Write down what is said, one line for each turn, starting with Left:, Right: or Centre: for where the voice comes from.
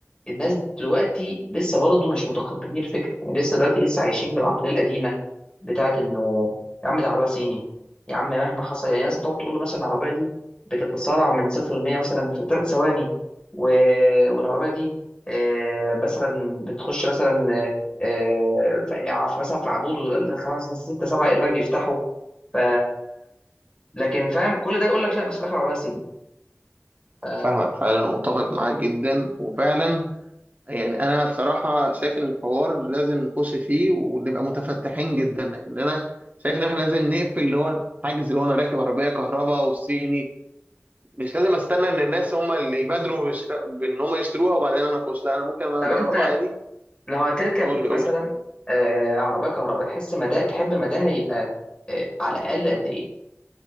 Left: الناس دلوقتي لسه برضه مش متقبلين الفكره يعني لسه دلوقتي لسه عايشين بالعقليه القديمه بتاعت انه يا عم دي عربيه صيني يا عم مهما حصل يعني مثلا تقعد تقول له مثلا العربيه دي بتتسارع من صفر ل 100 مثلا في ثلاث ثواني و... والعربيه دي آه، مثلا بتخش مثلا آه، في في- مثلا في عموده خمس ستة سبعة ايرباج يفتحوا ف لكن فاهم كل ده يقول لك لا بس في الاخر عربيه صيني ف...
Right: انا فاهمك فعلا ومتفق معاك جدا وفعلا يعني انا بصراحه شايف ان الحوار لازم نخش فيه ونبقى متفتحين جدا لان انا شايف ان احنا لازم نقفل اللي هو حاجز اللي هو انا راكب عربيه كهرباء وصيني مش لازم استنى ان الناس هم اللي يبادروا بشراء- بان هم يشتروها وبعدين انا اخش لا انا ممكن انا
Left: طب
Right: اجرب
Left: انت
Right: عادي
Left: لو هتركب
Right: قول لي
Left: مثلا
Right: قول لي
Left: آه، عربيه كهرباء تحس مدى تحب مداها يبقى آه، على الاقل قد ايه